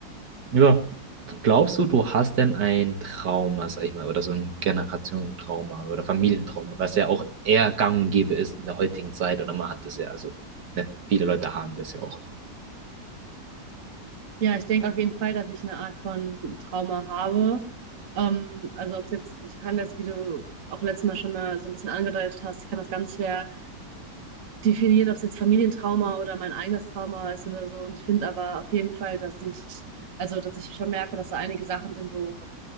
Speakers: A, on the right; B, on the right.
A: ja, glaubst du, du hast denn ein Trauma, sag ich mal, oder so ein Generationentrauma oder Familientrauma, was ja auch eher gang und gäbe ist in der heutigen Zeit oder man hat das ja, also, ne, viele Leute haben das ja auch.
B: Ja, ich denke auf jeden Fall, dass ich eine Art von Trauma habe. Ähm, also ob es jetzt, ich kann das, wie du auch letztes Mal schon mal so ein bisschen angedeutet hast, ich kann das ganz schwer definieren, ob es jetzt Familientrauma oder mein eigenes Trauma ist oder so. Und ich finde aber auf jeden Fall, dass ich, also dass ich schon merke, dass da einige Sachen sind, wo